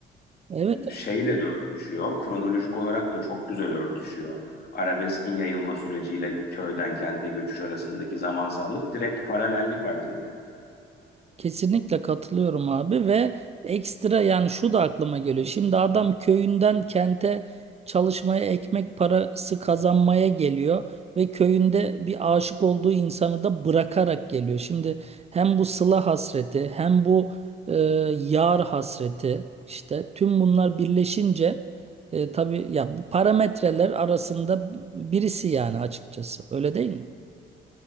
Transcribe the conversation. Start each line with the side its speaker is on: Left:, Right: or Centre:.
Right: Evet.
Left: Şeyle de örtüşüyor, kronolojik olarak da çok güzel örtüşüyor. Arabeskin yayılma süreciyle köyden kente göçüş arasındaki zamansallık direkt paralellik arz ediyor.
Right: Kesinlikle katılıyorum abi ve ekstra yani şu da aklıma geliyor. Şimdi adam köyünden kente çalışmaya ekmek parası kazanmaya geliyor ve köyünde bir aşık olduğu insanı da bırakarak geliyor. Şimdi hem bu sıla hasreti hem bu e, yar hasreti işte tüm bunlar birleşince e, tabii ya bu parametreler arasında birisi yani açıkçası öyle değil mi?